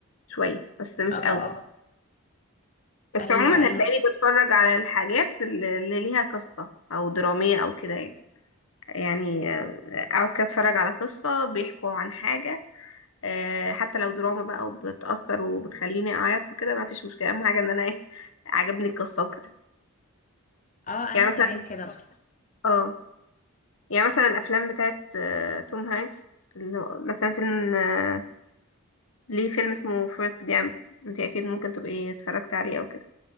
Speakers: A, on the left; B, on the left.
A: شويه بس مش
B: اه
A: قوي
B: اه
A: بس
B: ايوه
A: عموما
B: ايوه
A: هتلاقيني بتفرج على الحاجات اللي اللي ليها قصة او درامية او كده يعني يعني آه، اقعد كده اتفرج على قصة بيحكوا عن حاجة آه، حتى لو دراما بقى وبتأثر وبتخليني اعيط وكده ما فيش مشكلة اهم حاجة ان انا ايه عجبني القصة وكده
B: اه
A: يعني
B: انا
A: مثلا
B: كمان كده طب
A: اه يعني مثلا الافلام بتاعت آه، توم هانكس اللي هو مثلا فيلم آه، ليه فيلم اسمه فيرست جامب انت اكيد ممكن تبقي اتفرجت عليه او كده